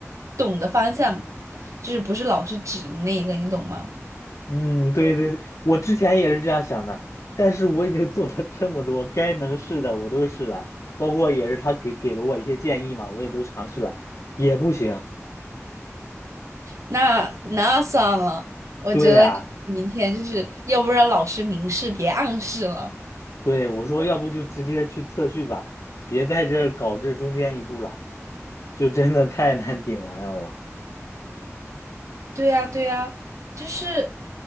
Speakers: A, on the right; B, on the left.
A: 懂的方向就是不是老师指的那个，你懂吗？
B: 嗯，对对对，我之前也是这样想的，但是我已经做了这么多，该能试的我都试了，包括也是他给给了我一些建议嘛，我也都尝试了，也不行。
A: 那那算了，我觉得你明天就是要不然老师明示别暗示了。
B: 对呀，对，我说要不就直接去测序吧，别在这儿搞这中间一步了，就真的太难顶了，让我。
A: 对呀，对呀，就是